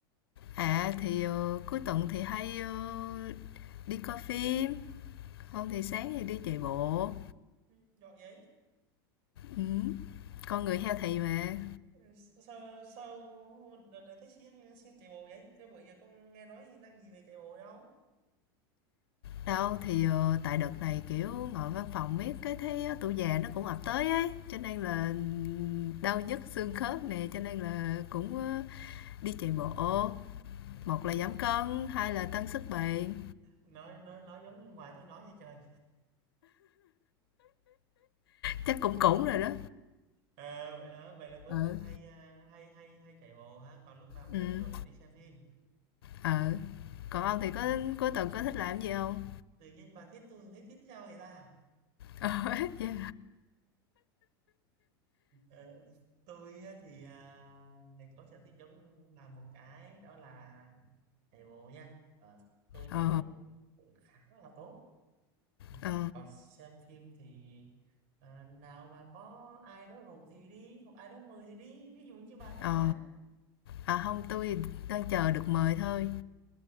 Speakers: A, on the left; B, on the right.
A: À thì ờ, cuối tuần thì hay ờ, đi coi phim,
B: Ừ,
A: không thì sáng thì đi chạy bộ.
B: ừ, giỏi vậy.
A: Ừ. Con
B: Ừ,
A: người healthy mà.
B: ừ, Sao sao đợt này thấy siêng siêng chạy bộ vậy? Chứ bữa giờ con nghe nói năng gì về chạy bộ đâu?
A: Đâu thì ờ, tại đợt này kiểu ngồi văn phòng miết cái thấy ờ, tuổi già nó cũng ập tới ấy, cho nên là ừm, đau nhức xương khớp nè, cho nên là cũng ờ, đi chạy bộ.
B: nghe
A: Một
B: nghe
A: là giảm cân, hai là tăng sức bền.
B: Nói nói nói giống như ngoài tôi nói vậy trời.
A: Chắc cũng cũng rồi đó.
B: Ờ, vậy hả? Vậy là cuối
A: ừ
B: tuần hay, a, hay hay hay chạy bộ ha, còn lúc nào mà
A: ừ
B: rảnh rỗi thì đi xem phim.
A: ờ
B: Thế
A: còn ông thì
B: à,
A: có cuối tuần có thích làm gì không
B: tự nhiên bà thích tôi thấy thích theo người ta.
A: <laughs> ờ dạ.
B: Ờ, tôi á thì, à, ngày có sở thích giống bà một cái đó là chạy bộ nha. Ờ, tôi
A: ờ
B: chạy bộ cũng khá là tốt. Ừ.
A: ờ
B: Còn xem phim thì, à, nào mà có ai đó rủ thì đi, hoặc ai đó mời thì đi, ví dụ như bà chẳng
A: ờ
B: hạn.
A: à không tôi thì đang chờ được mời thôi